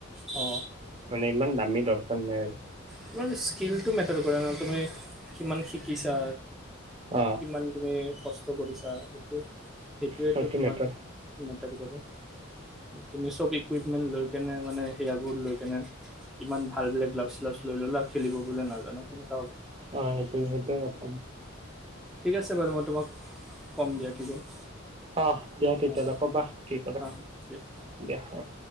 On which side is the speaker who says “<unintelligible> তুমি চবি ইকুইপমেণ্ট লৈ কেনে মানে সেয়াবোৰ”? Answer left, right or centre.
Centre